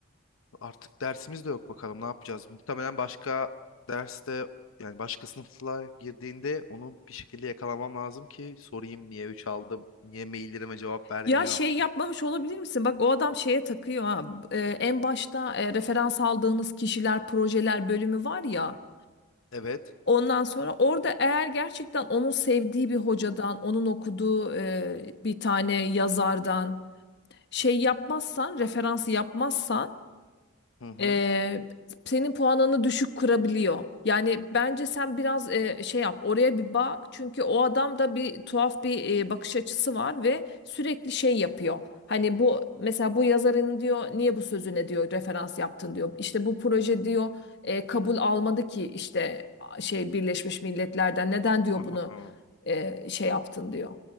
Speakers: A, on the left; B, on the left.
A: Artık dersimiz de yok bakalım ne yapacağız. Muhtemelen başka derste yani başka sınıfla girdiğinde onu bir şekilde yakalamam lazım ki sorayım niye 3 aldım, niye maillerime cevap vermiyor.
B: Ya şey yapmamış olabilir misin? Bak o adam şeye takıyor ha. Ee, en başta e, referans aldığımız kişiler, projeler bölümü var ya.
A: Evet.
B: Ondan sonra orada eğer gerçekten onun sevdiği bir hocadan, onun okuduğu e, bir tane yazardan şey yapmazsan, referans yapmazsan
A: Hı hı.
B: e, senin puanını düşük kırabiliyor. Yani bence sen biraz e, şey yap, oraya bir bak. Çünkü o adam da bir tuhaf bir e, bakış açısı var ve sürekli şey yapıyor. Hani bu mesela bu yazarın diyor niye bu sözüne diyor referans yaptın diyor. İşte bu proje diyor e, kabul almadı ki işte a- şey Birleşmiş Milletler'den neden diyor
A: Aha.
B: bunu e, şey yaptın diyor.